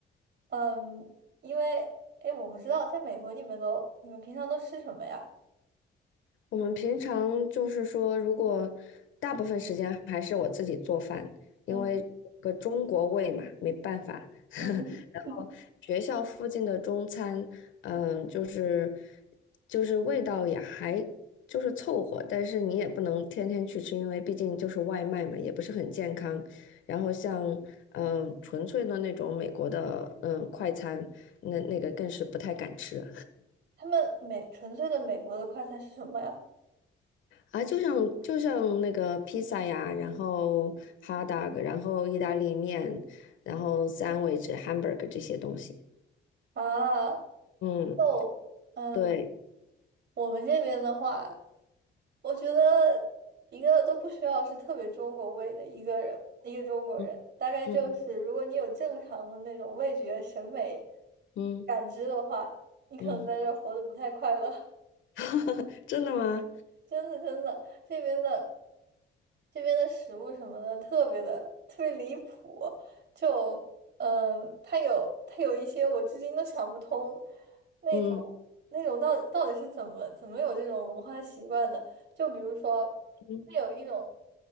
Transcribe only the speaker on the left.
我们平常就是说，如果大部分时间还是我自己做饭，
因为有个中国胃嘛，没办法。<laughs>
然后学校附近的中餐，
嗯，就是就是味道也还就是凑合，但是你也不能天天去吃，因为毕竟就是外卖嘛，也不是很健康。然后像嗯纯粹的那种美国的嗯快餐，那那个更是不太敢吃。
啊，就像就像那个披萨呀，然后哈达 t 然后意大利面，然后 sandwich、hamburger 这些东西。
嗯，
对，
嗯
嗯嗯
嗯，<laughs> 真的吗？
嗯
嗯，